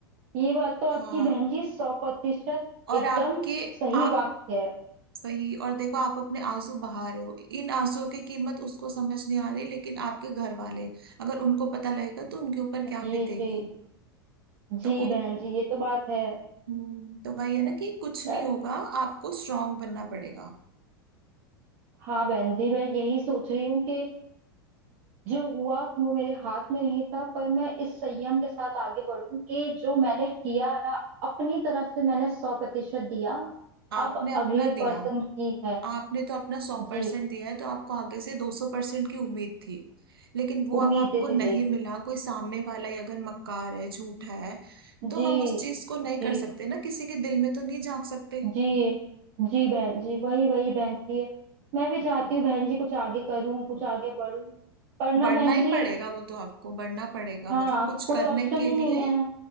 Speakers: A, on the right (about 50°); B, on the right (about 70°).
A: ये बात तो आपकी
B: हाँ
A: बहन जी सौ प्रतिशत
B: और
A: एकदम
B: आपके
A: सही
B: आप
A: वाक्य है
B: वही और देखो आप अपने आंसू बहा रहे हो इन आंसुओं की कीमत उसको समझ नहीं आ रही लेकिन आपके घर वाले अगर उनको पता लगेगा तो उनके ऊपर
A: जी
B: क्या बीतेगी
A: जी जी
B: तो
A: बहन जी ये तो बात है
B: हम्म, तो वही है ना कि कुछ
A: मैं
B: नहीं होगा आपको स्ट्रांग बनना पड़ेगा
A: हाँ बहन जी मैं यही सोच रही हूँ कि जो हुआ वो मेरे हाथ में नहीं था पर मैं इस संयम के साथ आगे बढूं कि जो मैंने किया है ना अपनी तरफ से मैंने सौ प्रतिशत दिया
B: आपने
A: अब
B: अपना
A: अगले
B: दिया
A: पर्सन की है
B: आपने तो अपना सौ परसेंट
A: जी
B: दिया है तो आपको आगे से दो सौ परसेंट की उम्मीद थी लेकिन वो
A: उम्मीदें
B: अब आपको
A: दिलेगी
B: नहीं मिला कोई सामने वाला ही अगर मक्कार है झूठा है तो
A: जी
B: हम उस चीज को नहीं
A: जी
B: कर सकते ना किसी के दिल में तो नहीं झांक सकते
A: जी जी बहन जी वही वही बहन जी मैं भी चाहती हूँ बहन जी कुछ आगे करूँ कुछ आगे बढूं पर ना
B: बढ़ना
A: बहन
B: ही
A: जी
B: पड़ेगा वो तो आपको बढ़ना पड़ेगा
A: हाँ
B: मतलब कुछ
A: कोई
B: करने
A: ऑप्शन
B: के
A: ही
B: लिए
A: नहीं है